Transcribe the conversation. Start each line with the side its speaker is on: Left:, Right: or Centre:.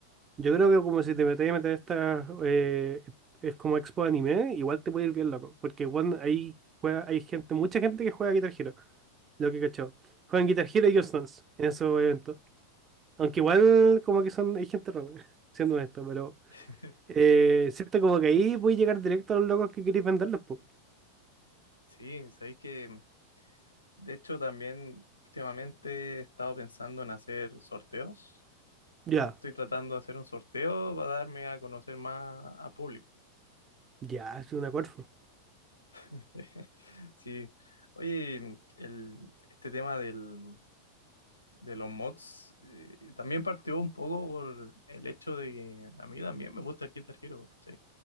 Right: Yo creo que como si te metes a meter esta, eh, es como expo de anime, igual te puede ir bien loco. Porque bueno, ahí juega, hay gente, mucha gente que juega Guitar Hero, lo que cachó. Juegan Guitar Hero y Just Dance en esos eventos. Aunque igual como que son, hay gente rara, <laughs> siendo honesto, pero
Left: <laughs>
Right: eh, siento como que ahí voy a llegar directo a los locos que queréis venderlos, pues.
Left: Sí, sabéis que de hecho también últimamente he estado pensando en hacer sorteos.
Right: Ya,
Left: Estoy tratando de hacer un sorteo para darme a conocer más a público.
Right: ya, es una acuerdo.
Left: <laughs> Sí. Oye, el, este tema del, de los mods, eh, también partió un poco por el hecho de que a mí también me gusta el Guitar Hero, ¿cachai?